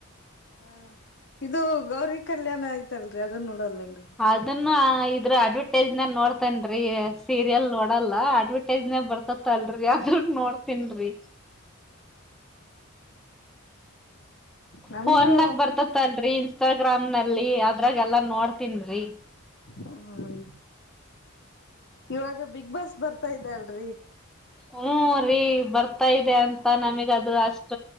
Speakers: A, on the left (about 55°); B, in the centre.
A: ಹ ಇದು ಗೌರಿ ಕಲ್ಯಾಣ ಆಯ್ತಲ್ರಿ ಅದನ್ ನೋಡಲ್ಲನ್ರಿ?
B: ಅದನ್ನ ಇದ್ರ ಅಡ್ವರ್ಟೈಸ್ ಮೆಟ್ ನೋಡ್ತೇನ್ರಿ ಸೀರಿಯಲ್ ನೋಡಲ್ಲ ಅಡ್ವರ್ಟೈಸ್ ಬರ್ತ. ರಿ ಅದ್ರ ನೋಡ್ತನ್ರಿ.
A: ನಮ್ಗೂ
B: ಫೋನ್ನಗ ಬರ್ತ... ಲ್ರರಿ ಇನ್ಸ್ಟಾಗ್ರಾಮ್ ನಲ್ಲಿ ಅದ್ರಾಗೆಲ್ಲಾ ನೋಡ್ತನ್ರಿ.
A: ಹ ಇವಾಗ ಬಿಗ್ ಬಾಸ್ ಬರ್ತಾ ಇದ್ದ ಅಲ್ರಿ.
B: ಹ್ಮ.. ರಿೀ ಬರ್ತಾ ಇದೆ ಅಂತ ನಮಗ್ ಅದು ಅಷ್ಟ